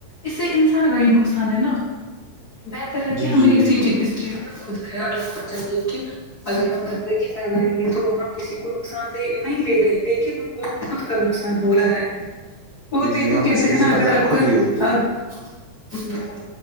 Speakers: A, on the left; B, on the right.
A: اس سے انسان کا ہی نقصان ہے نا بہتر ہے کہ
B: جی
A: ہمیں
B: جی
A: اسی
B: بالکل
A: چیز ٹھیک ہے خود خیال رکھنا چاہیے کہ اگر ہم گندگی پھیلائیں گے تو ہم کسی کو نقصان د نہیں دے رہے لیکن وہ خود کا نقصان ہو رہا ہے وہ
B: جی
A: دیکھو
B: جی ہم
A: کہتے
B: اس کے
A: ہیں نا
B: ذمہ
A: اگر
B: دار
A: آپ
B: خود
A: کا
B: ہی ہوتے ہیں
A: آپ